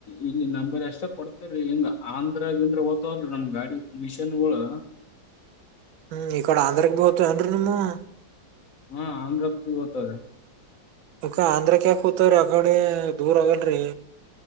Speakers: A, on the left; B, on the right.
A: ಇಲ್ಲಿ ನಂಬರ್ ಅಷ್ಟ ಕೊಡ್ತಾ <unintelligible> ಅ ಅಂದ್ರಗ್ ಇದ್ರೆ ನಮ್ ಗಾಡಿ ಮಿಷಿನ್ಗಳು
B: ಹ್ಮ್ ಇಕಡ ಆಂಧ್ರಕ ಬೋತ ಅನ್ರು ನಿಮ್ಮವು
A: ಹಾ ಆಂಧ್ರಕ್ ಓತಾವ್ರೆ
B: ಅಕ ಆಂಧ್ರ ಯಾಕ್ ಹೋತ್ರೀ ಆಗಡೆ ದೂರ ಹೊಗಲ್ರಿ